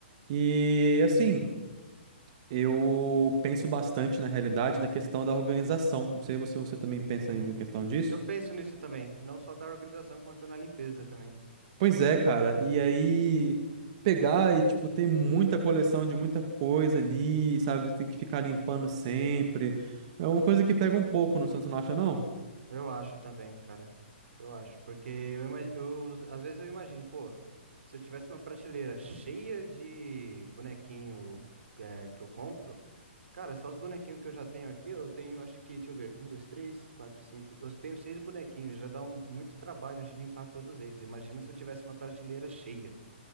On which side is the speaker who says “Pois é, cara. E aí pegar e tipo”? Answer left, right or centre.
Right